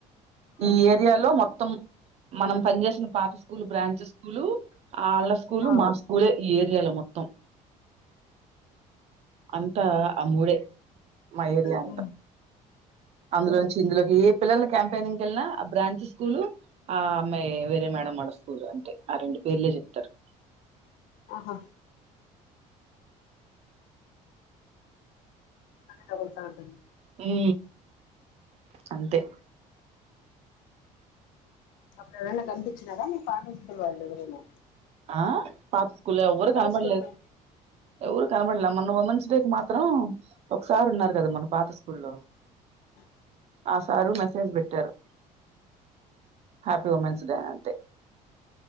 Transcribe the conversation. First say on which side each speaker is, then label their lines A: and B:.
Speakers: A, on the left (about 85°); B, on the right (about 50°).
A: ఉమ్.
B: ఈ ఏరియాలో మొత్తం మొత్తం మనం పని చేేసిన పాత స్కూలు బ్రాంచ్ స్కూలు ఆ వాళ్ళ స్కూల్
A: ఆ
B: మా స్కూలే ఈ ఏరియాలో మొత్తం అంతా ఆ మూడే మేరియా
A: పోన్
B: అందులో నుంచి ఇందులోకి పిల్లల క్యాంపెయినింగ్కి వెళ్ళినా ఆ బ్రాంచ్ స్కూల్ ఆ అమ్మాయి వేరే మేడం వాడస్తురు అంటే ఆ రెండు పేర్లే చెప్తారు
A: ఆహా కదూల్తా ఉంటుంది
B: మీ అంతే
A: అప్పుడు ఎవరన్న కనిపిచన్నారా మీ <unintelligible> ఎవరును
B: ఆ పాత స్కుల్ లో ఎవ్వరు కనపడలేదు
A: స్కూల్ పే
B: ఎవరు కనబడలే మన ఉమెన్స్ డేకి మాత్రం ఒకసారి ఉన్నారు కదా మన పాత స్కూల్లో
A: అ
B: ఆ సారు మెసేజ్ పెట్టారు హ్యాపీ ఉమెన్స్ డే అంటే